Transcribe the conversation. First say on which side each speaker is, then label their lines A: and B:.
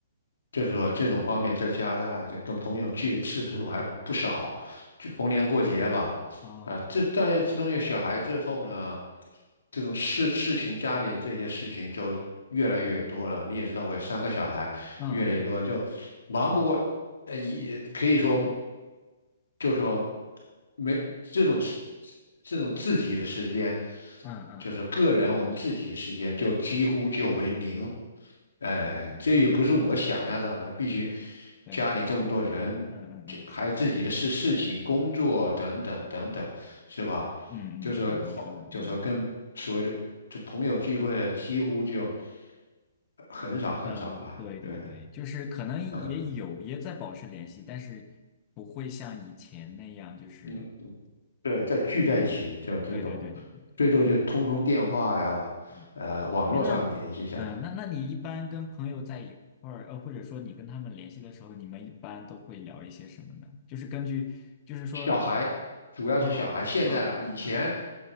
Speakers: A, on the left; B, on the left.
A: 就是说这种方面在加拿大，就跟朋友聚的次数还不少，就逢年过节吧。
B: 哦，
A: 啊，自大家自从有小孩之后呢，这种事事情家里这些事情就越来越多了。你也知道，我有三个小孩，
B: 嗯嗯嗯
A: 越来越多，就忙不过，呃，也可以说，就说没这种事，这种自己的时间，
B: 嗯嗯嗯嗯，
A: 就是个人我们自己的时间，就几乎就为零。哎，
B: 嗯对对
A: 这也不是我想要让的，必须
B: 对，
A: 家里这么多人，
B: 是的，嗯嗯嗯，
A: 这还有自己的事、
B: 是的。
A: 事情、工作等等等等，是吧？
B: 嗯嗯，
A: 就说花就说跟所谓的就朋友聚会了几乎就
B: 嗯，是的，你说的，嗯，
A: 呃很少很少了。
B: 呃，对对对，
A: 对，
B: 就是可能也有也在保持联系，
A: 嗯
B: 但是不会像以前那样，就是
A: 嗯，对，再聚在一起就这种，
B: 对，对对对对对对，
A: 最多就通通电话呀，
B: 嗯，
A: 呃，网络上联系一下。
B: 诶那，嗯、那那你一般跟朋友在一块儿，呃，或者说你跟他们联系的时候，你们一般都会聊一些什么呢？就是根据，就是说，
A: 小孩，主要是小孩。
B: 啊
A: 现在啊，
B: 啊嗯
A: 以前